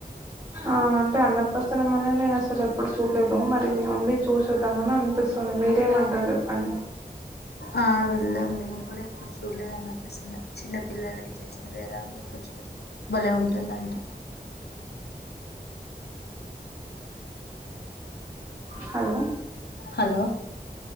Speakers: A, on the right (about 20°); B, on the left (about 80°).
A: ఆ అంటే అన్నప్రసనం అనేది నేను అసలు ఎప్పుడు చూడలేదు మరి ఉండి చూసోద్దాం అని అనిపిస్తుంది మీరేమంటారు చెప్పండి
B: ఆ వెళ్ళాదాం నేను కూడా ఎప్పుడు చూడలేదు అన్నప్రసన్నా చిన్న పిల్లలకి చేస్తా లేదా ఎప్పుడు చూడలేదు భలే ఉంటుందంట
A: హలో
B: హలో